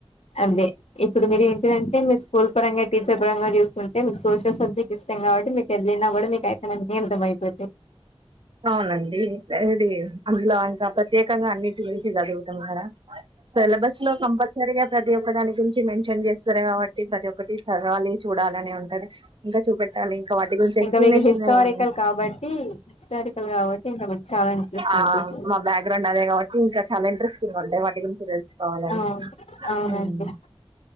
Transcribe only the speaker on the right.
అవునండి ఈ సారి అందులో అంత ప్రత్యేకగా అన్నిటి గురించి చదువుతాం కదా, సిలబస్ లో కంపల్సరీగా ప్రతి ఒక్క దాని గురించి మెన్షన్ చేస్తారు కాబట్టి ప్రతి ఒక్కటి చదవాలి చూడా చాలానే ఉంటది ఇంకా చూపెట్టాలి ఇంకా వాటి గురించి ఎక్స్ప్లెనేషన్
ఇవ్వాలి.
ఆ
మా బ్యాక్గ్రౌండ్ అదే కాబట్టి ఇంకా చాలా ఇంట్రెస్టింగ్ ఉంటాయ్, వాటి గురించి తెలుసుకోవాలని
ఉమ్